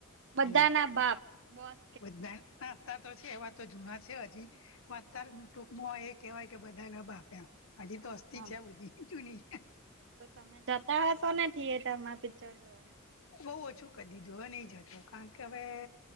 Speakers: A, on the right; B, on the left.
A: બધા
B: હમ
A: ના બાપ બસ.
B: બધા નાતતો છે એવાતો જૂના છે હજી અત્યંર
A: હા
B: ટૂંકમાં એ કહેવાય કે બધાને બાપ્યા. હજી
A: હા.
B: તો હસ્તી
A: હા
B: છે આ બધી જૂનીહ.
A: તમે જતા તો ને યેટર પિક્ચર જોવા.
B: બહ ઓછું કરી દીધું હ નહી જતું કારણ કે હવે